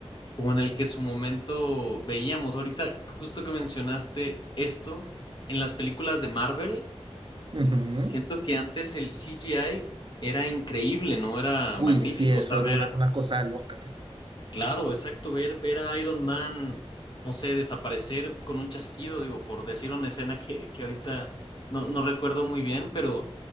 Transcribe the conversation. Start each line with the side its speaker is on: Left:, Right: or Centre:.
Left: como en el que su momento veíamos. Ahorita, justo que mencionaste esto, en las películas de Marvel,
Right: Ujú.
Left: siento que antes el CGI era increíble, ¿no? Era
Right: Uy,
Left: magnífico.
Right: sí, eso
Left: O sea,
Right: era
Left: ver,
Right: una, una cosa loca.
Left: claro, exacto, ver, ver a Iron Man, no sé, desaparecer con un chasquido, digo, por decir una escena que, que ahorita no, no recuerdo muy bien, pero,